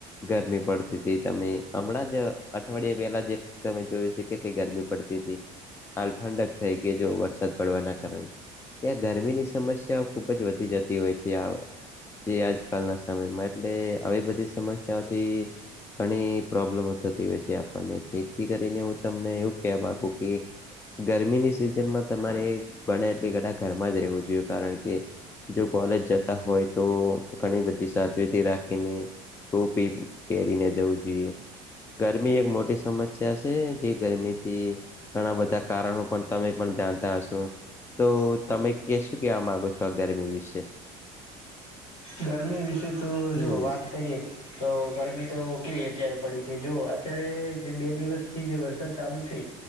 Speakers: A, on the left; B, on the left.
A: ગરમી પડતી હતી, તમે હમણાં જ અઠવાડિયા પહેલા જે તમે જોયું છે તે કેટલી ગરમી પડતી હતી હાલ ઠંડક થઈ ગઈ જો વરસાદ પડવાના કારણે, એ ગરમીની સમસ્યાઓ ખુબ જ વધી જતી હોય છે, આ જે આજકાલના સમયમાં એટલે આવી બધી સમસ્યાઓથી ઘણી પ્રોબ્લેમો થતી હોય છે આપણને જેથી કરીને હું તમને એવું કેવા માગું કે ગરમીની સિઝનમાં તમારે બને એટલી ઘટા ઘરમાં જ રહેવું જોઈએ કારણ કે જો કોલેજ જતા હોય તો ઘણી બધી સાવ- -ચેતી રાખીને ટોપી પહેરીને જવું જોઈએ, ગરમી એક મોટી સમસ્યા છે, જે ગરમીથી ઘણા બધા કારણો પણ તમે પણ જાણતા હશો. તો તમે કે શું કેવા માગો છો આ ગરમી વિશે,
B: ગરમી વિશે તો
A: હમ
B: જો વાત કરીએ તો ગરમી તો કેવી અત્યારે પડી છે જો અત્યારે જે બે દિવસથી જે વરસાદ ચાલુ છે.